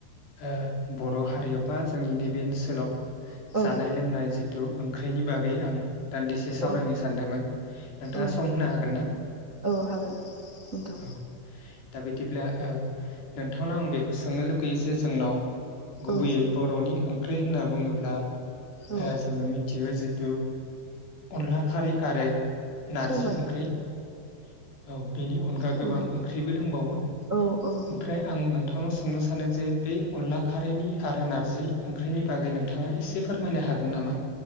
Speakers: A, on the left (about 75°); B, on the right (about 30°).
A: ओ बर' हारियाव बा जोंनि नैबे ओनसोलाव
B: औ
A: जानाय- लोंनाय जि ओंख्रिनि बागै आं दान्दि सावरायनो
B: औ
A: सानदोंमोन नोंथाङा
B: औ
A: सम होनो हागोन ना
B: औ हागोन नोंथां
A: औ दा बिदिब्ला ओ नोंथांनाव आं बेखौ सोंनो लुगैयो जे जोंनाव गुबैयै
B: औ
A: बर'नि ओं ख्रि होनना बुङोब्ला
B: औ
A: ओ जोङो मिथियो जे थ' अनला खारै आरो नारजि
B: सबाय
A: ओंख्रै औ बेनि अनगा
B: नोंथां
A: गोबां ओंख्रिबो दंबावो
B: औ औ
A: ओमफ्राय आं नोंथांनाव सो सोंनो सानो जे बे अनला खारैनि आरो नार्जि ओंख्रिनि बागै नोंथाङा एसे फोरमायनो हागोन नामा